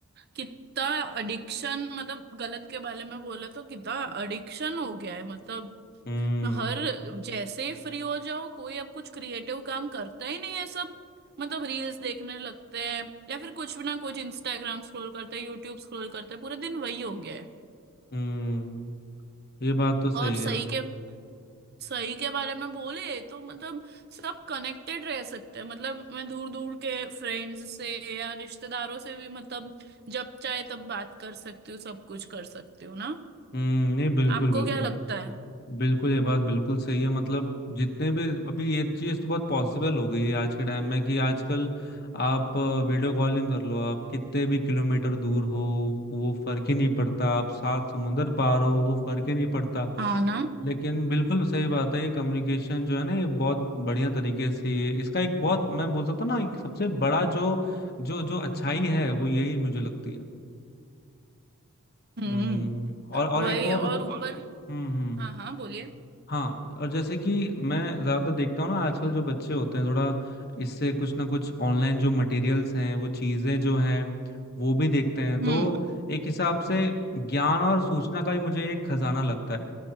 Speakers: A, on the right; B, on the left.
A: कितना एडिक्शन मतलब गलत के बारे में बोले तो कितना एडिक्शन हो गया है मतलब
B: हम्म
A: हर जैसे ही फ्री हो जाओ कोई अब कुछ क्रिएटिव काम करता ही नहीं है सब मतलब रील्स देखने लगते हैं या फिर कुछ भी ना कुछ इंस्टाग्राम स्क्रॉल करते हैं यूट्यूब स्क्रॉल करते हैं पूरा दिन वही हो गया है
B: हम्म ये बात तो सही
A: और सही
B: है
A: के सही के बारे में बोले तो मतलब सब कनेक्टेड रह सकते हैं मतलब मैं दूर दूर के फ्रेंड्स से या रिश्तेदारों से भी मतलब जब चाहे तब बात कर सकती हूँ सब कुछ कर सकती हूँ ना
B: हम्म नहीं बिल्कुल
A: आपको
B: बिल्कुल
A: क्या लगता है
B: बिल्कुल ये बात बिल्कुल सही है मतलब जितने भी अभी ये चीज तो बहुत पॉसिबल हो गई है आज के टाइम में कि आजकल आप वीडियो कॉलिंग कर लो आप कितने भी किलोमीटर दूर हो वो फर्क ही नहीं पड़ता आप सात समुंदर पार हो वो फर्क ही नहीं पड़ता
A: हाँ ना
B: लेकिन बिल्कुल सही बात है ये कम्युनिकेशन जो है ना ये बहुत बढ़िया तरीके से इसका एक बहुत मैं बोल सकता हूँ ना एक सबसे बड़ा जो जो जो अच्छाई है वो यही मुझे लगती है
A: हम्म
B: हम्म और और
A: वही
B: एक और
A: और ऊपर
B: हम्म हम्म
A: हाँ हाँ बोलिए
B: हाँ और जैसे कि मैं ज्यादातर देखता हूँ ना आजकल जो बच्चे होते हैं थोड़ा इससे कुछ ना कुछ ऑनलाइन जो मटेरियल्स हैं वो चीजें जो हैं वो भी देखते हैं तो
A: हम्म
B: एक हिसाब से ज्ञान और सूचना का भी मुझे एक खजाना लगता है